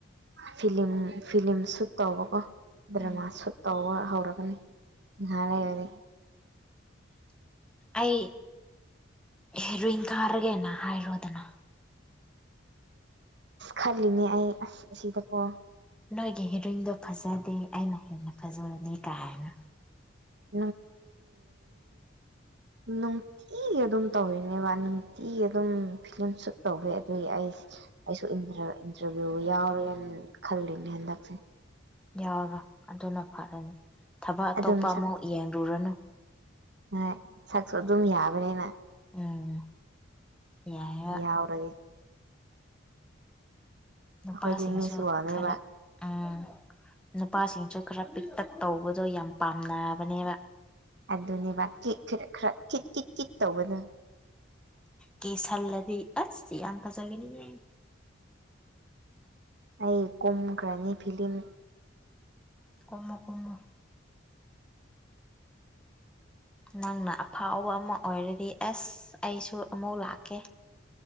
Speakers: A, on the right; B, in the centre.
A: ꯐꯤꯂꯤꯝ ꯐꯤꯂꯤꯝ ꯁꯨꯠ ꯇꯧꯕꯀꯣ ꯗ꯭ꯔꯃꯥ
B: ꯎꯝ
A: ꯁꯨꯠ ꯇꯧꯕ ꯍꯧꯔꯒꯅꯤ꯫ ꯉꯍꯥꯛ ꯂꯩꯔꯗꯤ
B: ꯑꯩ ꯍꯦꯔꯨꯏꯟ ꯀꯥꯔꯒꯦꯅ ꯍꯥꯏꯔꯣꯗꯅ
A: ꯈꯜꯂꯤꯅꯦ ꯑꯩ ꯑꯁ ꯑꯁꯤꯗꯀꯣ
B: ꯅꯣꯏꯒꯤ ꯍꯦꯔꯣꯏꯟꯗꯣ ꯐꯖꯗꯦ ꯑꯩꯅ ꯍꯦꯟꯅ ꯐꯖꯕꯅꯤ ꯀꯥꯏꯅ꯫
A: <unintelligible> ꯪꯅꯨꯡ ꯀꯤ ꯑꯗꯨꯝ ꯇꯧꯔꯤꯅꯦꯕ ꯅꯨꯡꯇꯤꯒꯤ ꯑꯗꯨꯝ ꯐꯤꯂꯝ ꯁꯨꯠ ꯇꯧꯋꯦ ꯑꯗꯨꯒꯤ ꯑꯩ ꯑꯩꯁꯨ ꯏꯟꯇꯔꯥ ꯏꯟꯇꯔꯚꯤꯌꯨ ꯌꯥꯎꯔꯦꯅ ꯈꯜꯂꯤꯅꯦ ꯍꯟꯗꯛꯁꯦ
B: ꯌꯥꯎꯔꯣ ꯑꯗꯨꯅ ꯐꯔꯅꯤ ꯊꯕꯛ ꯑꯇꯣꯞꯄ
A: ꯑꯗꯨꯝ
B: ꯑꯃꯧ ꯌꯦꯡꯂꯨꯔꯅꯨ
A: ꯍꯣꯏ ꯁꯛꯁꯨ ꯑꯗꯨꯝ ꯌꯥꯕꯅꯤꯅ
B: ꯎꯝ ꯌꯥꯏꯔ
A: ꯌꯥꯎꯔꯒ‌ꯦ
B: ꯅꯨꯄꯥꯁꯤꯡꯁꯨ
A: ꯑꯩꯈꯣꯏꯗꯤ ꯃꯤꯁꯨ ꯋꯥꯡꯑ‌ꯦꯕ
B: ꯈꯔ ꯎꯝ ꯅꯨꯄꯥꯁꯤꯡꯁꯨ ꯈꯔꯥ ꯄꯤꯛꯇꯛ ꯇꯧꯕꯗꯣ ꯌꯥꯝ ꯄꯥꯝꯅꯕꯅꯦꯕ
A: ꯑꯗꯨꯅꯦꯕ ꯀꯤꯛ ꯈꯔ ꯈꯔ ꯀꯤꯠ ꯀꯤꯠ ꯀꯤꯠ ꯇꯧꯕꯗꯨ
B: ꯀꯦꯁꯟꯂꯗꯤ ꯑꯁ ꯌꯥꯝꯐꯖꯒꯅꯤꯅ‌ꯦ
A: ꯑꯩ ꯀꯨꯝꯈ꯭ꯔꯅꯤ ꯐꯤꯂꯝ
B: ꯀꯨꯝꯃꫭ ꯀꯨꯝꯃꫭ ꯅꯪꯅ ꯑꯐꯥꯎꯕ ꯑꯃꯥ ꯑꯣꯏꯔꯗꯤ ꯑꯁ ꯑꯩꯁꯨ ꯑꯃꯨꯛ ꯂꯥꯛꯀꯦ